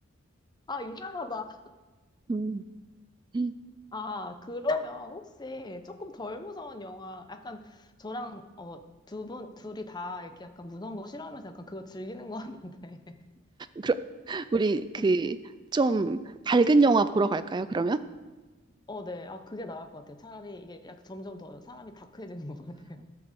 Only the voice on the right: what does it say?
음. 음.
그럼 우리 그
좀 밝은 영화 보러 갈까요, 그러면?